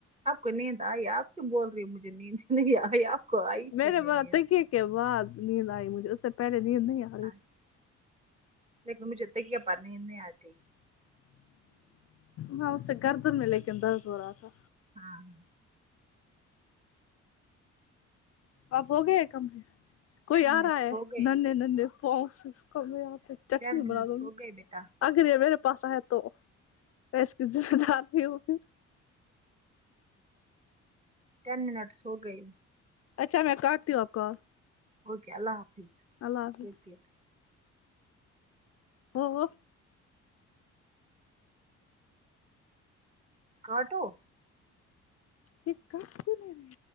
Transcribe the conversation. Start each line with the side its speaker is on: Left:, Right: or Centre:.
Right: آپ کو نیند آئی آپ کی بول رہی ہو مجھے نیند نہیں آئی آپ کو آئی تھی
Left: میرے
Right: نیند
Left: بر تکئے کے بعد نیند آئی مجھے اس سے پہلے نیند نہیں آئی
Right: اچھا لیکن مجھے تکیہ پر نیند نہیں آتی
Left: ہاں اس سے گردن میں لیکن درد ہو رہا تھا
Right: ہاں
Left: آپ ہو گئے کم کوئی
Right: ٹین
Left: آ
Right: منٹس
Left: رہا ہے
Right: ہو گئے
Left: نے نے پہنس کم آتے تھ چٹنی
Right: ٹین منٹس
Left: بنادوں
Right: ہو
Left: گی
Right: گئے بیٹا
Left: اگر یہ میرے پاس آئے تو پیسے زیادہ آتے ہوگے
Right: ٹین منٹس سوگئی
Left: اچھا میں کاٹتی ہوں آپ کا
Right: اوکے اللہ حافظ
Left: اللہ حافظ
Right: ٹیک کیئر
Left: ہو ہو
Right: کاٹو
Left: یہ کاٹ کیو نہیں رہے